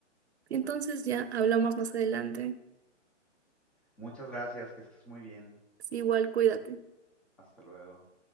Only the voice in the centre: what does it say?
Muchas gracias, que estés muy bien.
Hasta luego.